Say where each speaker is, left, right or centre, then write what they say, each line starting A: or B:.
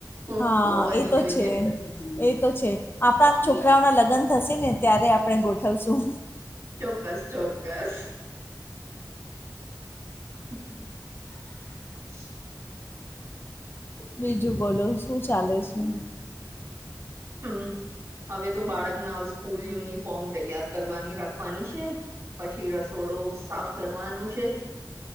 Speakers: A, on the right (about 35°); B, on the left (about 30°).
A: હો-
B: હા
A: હોવાની
B: એ તો
A: જોઈએ
B: છે એ તો છે આપણાવ છોકરાઓના લગ્ન થશે ને ત્યારે આપણે ગોઠવશું
A: ચોક્કસ ચોક્કસ હમ હ
B: બીજું બોલો શું ચાલે છે
A: હમ હવે તો બાળકના સ્કૂલ યુનિફોર્મ તૈયાર કરવાની રાખવાની છે પછી ર થોડો સાફ કરવાનું છે